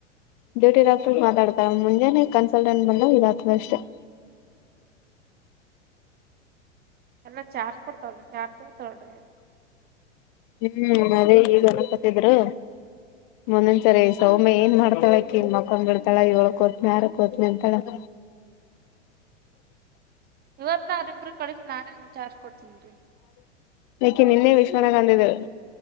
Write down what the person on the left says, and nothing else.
ಡ್ಯೂಟಿ ಡಾಕ್ಟರ್ ಮಾತಾಡ್ತಾರೆ ಮುಂಜಾನೆ ಕನ್ಸಲ್ಟೆಂಟ್ ಬಂದ್ರೆ ಇರೋದ್ ಕಷ್ಟ <inaudible>
ಹ್ಮು ಅದೇ ಈಗ ಗನಪತಿದ್ರೆ ಮುಂದೊಂದ್ಸರಿ ಸೌಮ್ಯ ಏನ್ ಮಾಡ್ತಾಳ ಅಕ್ಕಿ ಮಕ್ಕಂಡಿರ್ತಳ ಏಳುಕ್ ಹೋತನಿ ಆರಕ್ ಹೋತಿನ್ ಅಂತಾಳ <inaudible>
ಇಕಿನ ಇಲ್ಲೇ ಇರ್ಸೊಕೊಳ್ಳನಂದಿದೆ